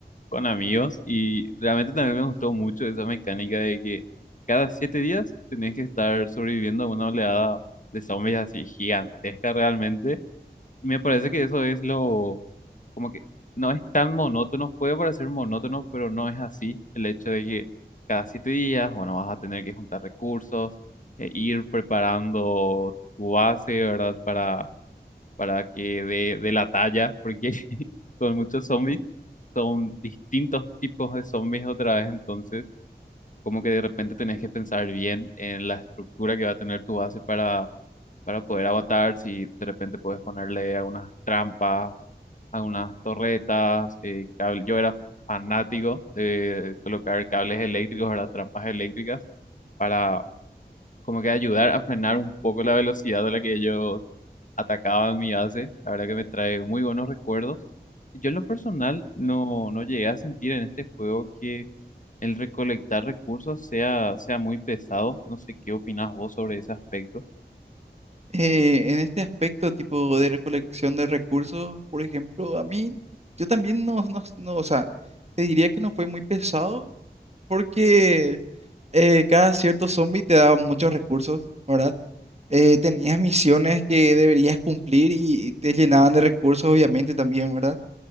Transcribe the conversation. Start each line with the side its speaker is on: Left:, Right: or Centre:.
Left: con amigos y realmente también me gustó mucho esa mecánica de que cada siete días tenías que estar sobreviviendo a una oleada de zombies así gigantesca realmente. Me parece que eso es lo, como que no es tan monótono, puede parecer monótono, pero no es así. El hecho de que cada siete días, bueno, vas a tener que juntar recursos, eh, ir preparando tu base, ¿verdad? Para, para que dé de, la talla, porque <laughs> son muchos zombies, son distintos tipos de zombies otra vez, entonces como que de repente tenés que pensar bien en la estructura que va a tener tu base para para poder aguantar, si de repente puedes ponerle algunas trampas, algunas torretas, eh, cable- Yo era fanático de colocar cables eléctricos, ¿verdad? Trampas eléctricas para como que ayudar a frenar un poco la velocidad a la que ellos atacaban mi base. La verdad que me trae muy buenos recuerdos. Yo en lo personal no, no llegué a sentir en este juego que el recolectar recursos sea, sea muy pesado. No sé qué opinas vos sobre ese aspecto.
Right: eh, en este aspecto, tipo de recolección de recursos, por ejemplo, a mí, yo también no, no, no, o sea, te diría que no fue muy pesado, porque... eh, cada cierto zombie te daba muchos recursos, ¿verdad? Eh, tenías misiones que deberías cumplir y te llenaban de recursos, obviamente, también, ¿verdad?